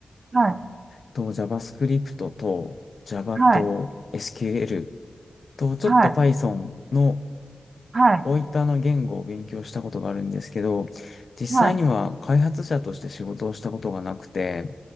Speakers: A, on the right; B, on the left.
A: はい。
B: と JavaScript と Java
A: はい、
B: と SQL と、ちょっと
A: はい、
B: Python の
A: はい、
B: 大分の言語を勉強したことがあるんですけど、実際には開発者として仕事をしたことがなくて、
A: はい、